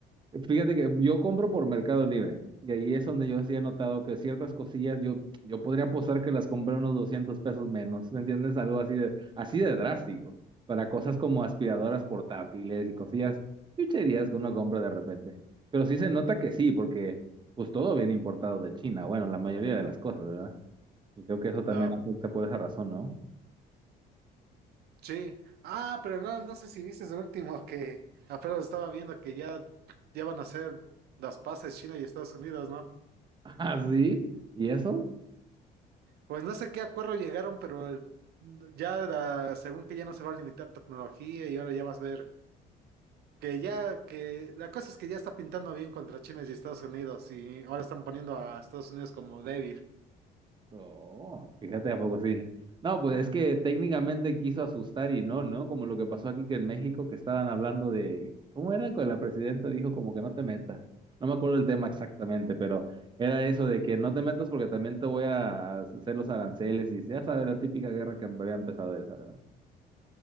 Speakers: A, on the right (about 25°); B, on the right (about 70°).
A: Eh, Fíjate que yo compro por Mercado Libre y ahí es donde yo sí he notado que ciertas cosillas yo, yo podría apostar que las compré unos 200 pesos menos, ¿me entiendes? Algo así de, así de drástico, para cosas como aspiradoras portátiles y cosillas, chucherías que uno compra de repente. Pero sí se nota que sí, porque pues todo viene importado de China, bueno, la mayoría de las cosas, ¿verdad? Y creo que eso
B: La,
A: también afecta por esa razón, ¿no? <laughs>
B: sí. Ah, pero no, no sé si viste el último que apenas estaba viendo que ya, ya van a hacer las paces China y Estados Unidos, ¿no?
A: Ah, sí, ¿y eso?
B: Pues no sé qué acuerdo llegaron, pero el- ya la- según que ya no se va a limitar tecnología y ahora ya vas a ver que ya que la cosa es que ya está pintando bien contra China y Estados Unidos y ahora están poniendo a Estados Unidos como débil.
A: Oh, fíjate, ¿a poco sí? No, pues es que técnicamente quiso asustar y no, ¿no? Como lo que pasó aquí que en México, que estaban hablando de, ¿cómo era? Que la presidenta dijo como que no te metas. No me acuerdo el tema exactamente, pero era eso de que no te metas porque también te voy a hacer los aranceles y ya sabes, la típica guerra que había empezado esa, ¿verdad?